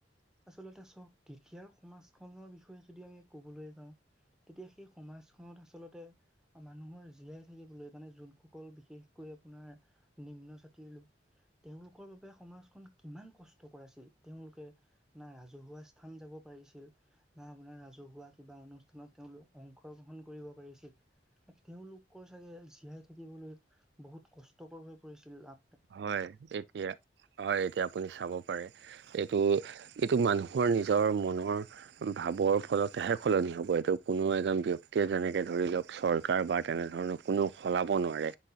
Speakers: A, in the centre; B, on the right.
A: আচলতে চওক ইয়াৰ সমাজখনৰ বিষয়ে যদি আমি কবলৈ যাও তেতিয়া সেই সমাজখনত আচলতে মানুহৰ জীয়াই থাকিবলৈ মানে যোনসকল বিশেষকৈ আপোনাৰ নিম্ন জাতিৰ লোক তেওঁলোকৰ বাবে সমাজখন কিমান কষ্ট কৰাইছিল তেওঁলোকে নাই ৰাজহুৱা স্থান যাব পাৰিছিল বা আপোনাৰ ৰাজহুৱা কিবা অনুষ্ঠানত তেওঁলোক অংশগ্ৰহণ কৰিব পাৰিছিল তেওঁলোকৰ চাগে জীয়াই থাকিবলৈ বহুত কষ্টকৰ হৈ পৰিছিল আ
B: হয় এতিয়া হয় এতিয়া আপুনি চাব পাৰে ত এইটো মানুহৰ নিজৰ মনৰ ভাৱৰ ফলতেহে সলনি হ'ব এইটো কোনো এজন ব্যক্তিয়ে যেনেকে ধৰি লওক চৰকাৰ বা তেনে ধৰণৰ কোনেও সলাব নোৱাৰে